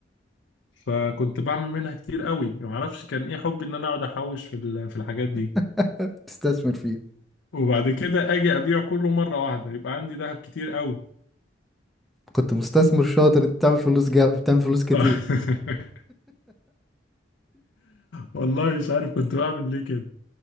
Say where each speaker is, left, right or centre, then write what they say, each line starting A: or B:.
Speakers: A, on the left; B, in the centre.
A: فكنت بعمل منها كتير قوي ما اعرفش كان ايه حبي ان انا اقعد احوش في ال- في الحاجات دي
B: <laughs> تستثمر فيه
A: وبعد كده اجي ابيع كله مره واحده يبقى عندي ذهب كتير قوي
B: كنت مستثمر شاطر انت بتعمل فلوس جا... بتعمل فلوس كتير
A: <laughs> والله مش عارف كنت بعمل ليه كده